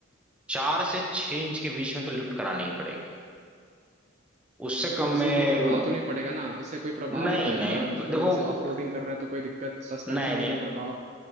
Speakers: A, in the centre; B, on the right (about 35°).
A: चार से छह इंच के बीच में तो लिफ्ट करानी ही पड़ेगी उससे कम
B: तो इसमें
A: में
B: कोई प्रभाव तो नहीं पड़ेगा ना इससे कोई प्रभाव
A: नहीं
B: नहीं पड़ेगा
A: नहीं
B: ना इस
A: देखो
B: पे जैसे ऑफ रोडिंग कर रहे हैं तो कोई दिक्कत सस्पेंशन
A: नहीं नहीं
B: में कोई प्रभाव